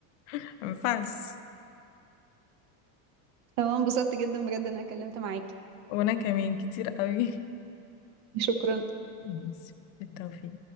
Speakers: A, on the left; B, on the right.
A: <laughs> ما ينفعش
B: تمام انبسطت جدا بجد ان انا اتكلمت معاكي
A: وانا كمان كتير قوي
B: شكرا
A: ماشي بالتوفيق